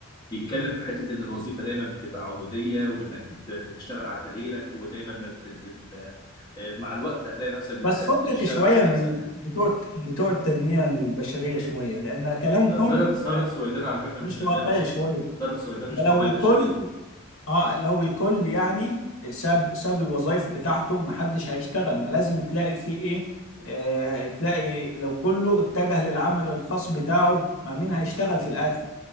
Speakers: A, on the left (about 20°); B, on the left (about 65°).
A: بيتكلم في حته ان الوظيفه دايما بتبقى عبوديه وانك بت- بتشتغل على تغييرك ودايما ما بت... ال- آه، مع الوقت هتلاقي نفسك محتاج
B: بس فكك
A: تشتغل
B: شوية
A: عند نفسك
B: من بتوع بتوع التنمية البشرية شوية لأن كلامهم
A: ده طارق طارق سويدان على فكره
B: مش
A: مش تنميه
B: واقعي
A: بشريه
B: شوية
A: طارق سويدان مش تنميه
B: لو الكل
A: بشريه
B: اه لو الكل يعني ساب ساب الوظائف بتاعته محدش هيشتغل ما لازم تلاقي في ايه آه تلاقي لو كله اتجه للعمل الخاص بتاعه ما مين هيشتغل في الآخر